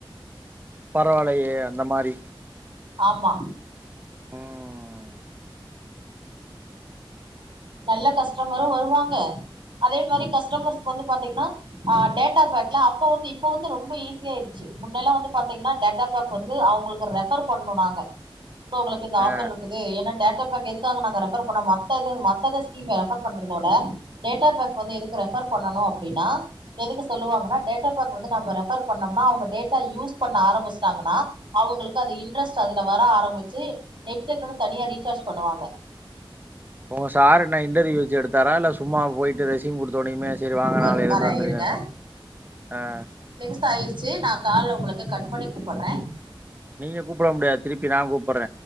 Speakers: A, on the right (about 20°); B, on the right (about 65°).
A: பரவால்லயே அந்த மாரி
B: ஆமா
A: ம்
B: நல்ல கஸ்டமரு வருவாங்க அதே மாரி கஸ்டமர்ஸ்க்கு வந்து பாத்தீங்னா ஆ டேட்டா பேக்ல அ ப்ப வந்து இப்ப வந்து ரொம்ப ஈஸியா ஆய்ருச்சு முன்னெல்லா வந்து பாத்தீங்னா டேட்டா பேக் வந்து அவுங்களுக்கு ரெ ஃபர் பண்ணு நாங்க ஸோ உங்ளுக்கு இந்த
A: ஆ
B: ஆஃபர்ருக்கு து ஏனா டேட்டா பேக் எதுக்காக நாங்க ரெஃபர் பண்ண மத்த இது மத் தத ஸ்கீமு ரெஃபர் பண்றதோட டேட்டா பேக் வந்து எதுக்கு ரெஃபர் பண்ணணு அப்டின்னா எதுக்கு சொல்லுவாங்னா டேட்டா பேக் வந்து நம்ம ரெஃபர் பண்ணம்னா அவுங்க டேட்டா யூஸ் பண்ண ஆரம்மிச்ட்டாங்கன்னா அவுங்ளுக்கு அது இன்ட்ரெஸ்ட் அதுல வர ஆரம்மிச்சு நெட்டுக்குன்னு தனியா ரீசார்ஜ் பண்ணுவாங்க
A: ஒங்க சார் என்ன இண்டர்வியூ வச்சு எடுத்தாரா இல்ல சும்மா போய்ட்டு ரெஸ்யூம் குடுத்தோனயுமே செரி வாங்க
B: ஒரு
A: நாளைலந்து
B: வர
A: வந்திருங்கங்க
B: இருங்க
A: ஆ
B: சோ ஆயிடுச்சி நா கால்ல உங்களுக்கு கட் பண்ணி கூப்புட்ற
A: நீங்க கூப்புட முடியாது திருப்பி நா கூப்புட்ற